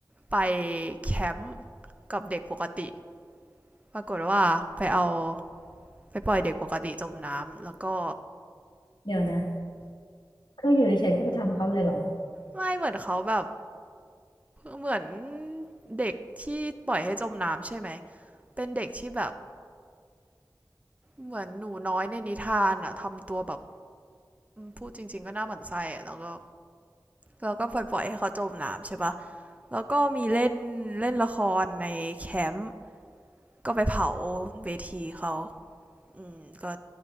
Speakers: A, on the right (about 20°); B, on the left (about 75°).
A: ไปแคมป์กับเด็กปกติปรากฏว่าไปเอาไปปล่อยเด็กปกติจมน้ำแล้วก็
B: เดี๋ยวนะคืออยู่เฉยๆก็ไปทำเขาเลยเหรอ
A: ไม่เหมือนเขาแบบเหมือนเด็กที่ปล่อยให้จมน้ำใช่ไหมเป็นเด็กที่แบบเหมือนหนูน้อยในนิทานอะทำตัวแบบพูดจริงๆก็น่าหมั่นไส้อะแล้วก็ เราก็ปล่อยๆให้เขาจมน้ำใช่ปะแล้วก็มีเล่นเล่นละครในแคมป์ก็ไปเผาเวทีเขาอืมก็